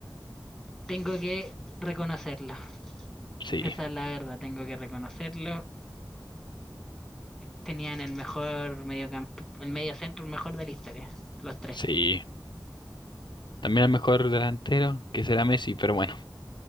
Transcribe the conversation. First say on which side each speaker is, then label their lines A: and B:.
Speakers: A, in the centre; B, on the left.
A: Tengo que reconocerlo.
B: Sí,
A: Esa es la verdad, tengo que reconocerlo. Tenían el mejor mediocampo el medio centro, el mejor de la historia, los tres.
B: sí. También el mejor delantero, que será Messi, pero bueno,